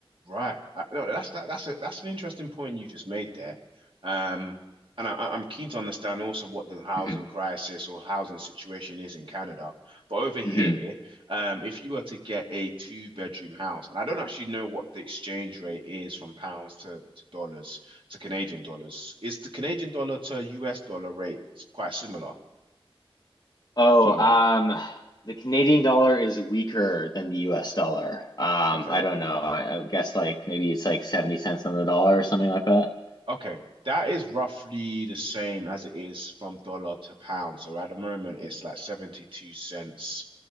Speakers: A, on the right (about 60°); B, on the left (about 40°).
A: right. Uh, no, that's that, that's a, that's an interesting point you just made there. Um, and I, I- am keen to understand also what the housing
B: Mhm.
A: crisis or housing situation is in Canada. But over here,
B: Mhm.
A: um, if you were to get a two bedroom house, and I don't actually know what the exchange rate is from pounds to, to dollars to Canadian dollars, is the Canadian dollar to US dollar rate quite similar?
B: Oh,
A: Do you
B: um,
A: know?
B: the Canadian dollar is weaker than the US dollar. Um,
A: Okay.
B: I don't know. I, I guess like maybe it's like 70 cents on the dollar or something like that.
A: Okay, that is roughly the same as it is from dollar to pound. So at the moment, it's like 72 cents